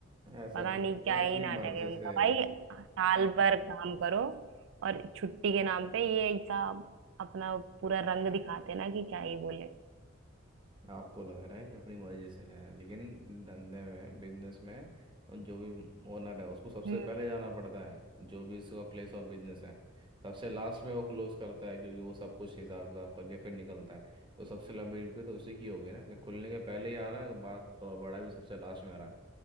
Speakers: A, on the right; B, on the right.
A: ऐसा
B: पता
A: कुछ
B: नहीं
A: नहीं
B: क्या
A: है
B: ही
A: अपनी
B: नाटक
A: मर्जी
B: है उनका
A: से
B: भाई साल भर काम करो और छुट्टी के नाम पे ये ऐसा अपना पूरा रंग दिखाते हैं ना कि क्या ही बोले
A: आपको लग रहा है कि अपनी मर्जी से है लेकिन धंधे में बिजनेस में और जो भी ओनर है उसको सबसे
B: हम्म
A: पहले जाना पड़ता है जो भी उसका प्लेस ऑफ बिजनेस है सबसे लास्ट में वो क्लोज करता है क्योंकि वो सब कुछ हिसाब हिसाब करके फिर निकलता है तो सबसे लंबी ड्यूटी तो उसी की होगी ना कि खुलने के पहले ही आ रहा है बात तो बड़ा भी सबसे लास्ट में आ रहा है